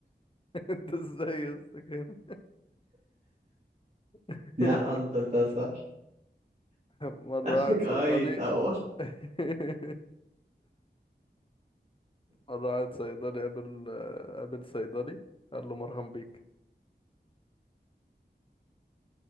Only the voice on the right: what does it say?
دي على واحدة أنت قلتها صح
عشانك
أي تعور